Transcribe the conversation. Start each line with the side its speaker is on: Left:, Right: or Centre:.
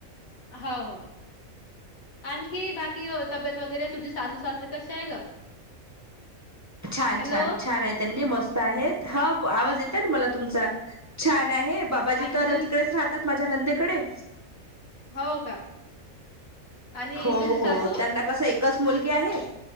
Left: हो हो, आणखी बाकी तब्येत वगैरे,, तुझी सासू सासरे कसे आहे ग?
Right: छान,
Left: हॅलो
Right: छान, छान आहे त्यांनी मस्त आहेत. हा, आवाज येत आहे ना मला तुमचा,, छान आहे बाबाजी
Left: आणि
Right: तर
Left: तू
Right: तिकडेच राहतात माझऽ माझ्या नंदेकडे.
Left: हो का? आणि
Right: हो
Left: तुझी सासू
Right: हो, त्यांना कस एकऽ कच मुलगी आहे,,